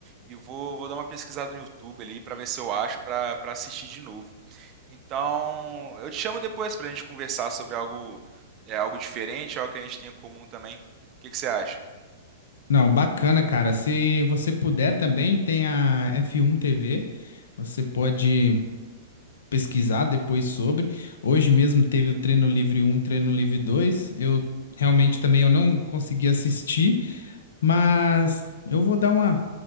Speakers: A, on the right; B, on the left.
A: e vou, vou dar uma pesquisada no YouTube ali pra ver se eu acho pra para assistir de novo. Então, eu te chamo depois pra gente conversar sobre algo, é, algo diferente, algo que a gente tem em comum também. O que que você acha?
B: Não, bacana, cara. Se você puder também, tem a F1 TV. Você pode pesquisar depois sobre. Hoje mesmo teve o treino livre um, treino livre 2. Eu realmente também eu não consegui assistir, mas eu vou dar uma,